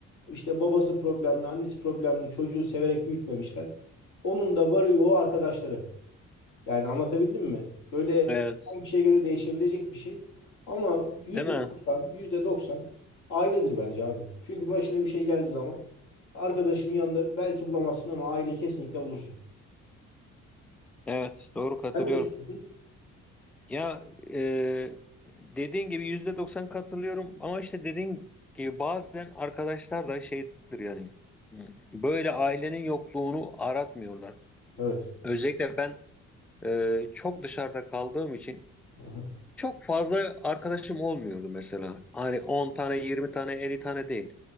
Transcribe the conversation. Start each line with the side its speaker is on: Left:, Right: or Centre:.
Left: İşte babası problemli, annesi problemli, çocuğu severek büyütmemişler. Onun da varı yoğu arkadaşları. Yani anlatabildim mi? Böyle
Centre: evet.
Left: kişiden kişiye göre değişebilecek bir şey. Ama yüzde
Centre: Değil mi?
Left: doksan, yüzde doksan ailedir bence abi. Çünkü başına bir şey geldiği zaman arkadaşının yanında belki bulamazsın ama aileyi kesinlikle bulursun.
Centre: Evet, doğru katılıyorum.
Left: Sen ne düşünüyorsun?
Centre: Ya e, dediğin gibi yüzde doksan katılıyorum ama işte dediğin gibi bazen arkadaşlar da şeydir yani. Böyle ailenin yokluğunu aratmıyorlar.
Left: Evet.
Centre: Özellikle ben e, çok dışarıda kaldığım için
Left: Hı hı,
Centre: Çok fazla arkadaşım olmuyordu mesela. Hani 10 tane, 20 tane, 50 tane değil.